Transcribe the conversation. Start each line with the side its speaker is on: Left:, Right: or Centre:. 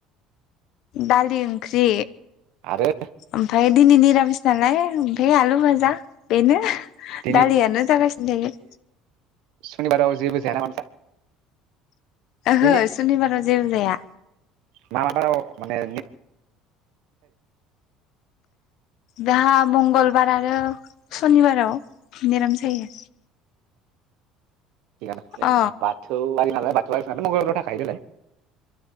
Left: दालि ओंख्रि।
Right: आरो
Left: ओमफाय दिनै निरामिस नालाय ओमफ्राय आलु भाजा बेनो
Right: दिनै
Left: दालियानो जागासिनो थायो
Right: सुनिबाराव जेबो जाया नामा नोंस्रा?
Left: ओहो
Right: दिनै
Left: सुनिबाराव जेबो जाया
Right: मा मा बाराव माने
Left: जाहा मंगलबार आरो सनिबाराव निरामिस जायो
Right: थिखांनो जोंनि
Left: अ
Right: बाथौआरि आंलाय बाथौआरि देलाय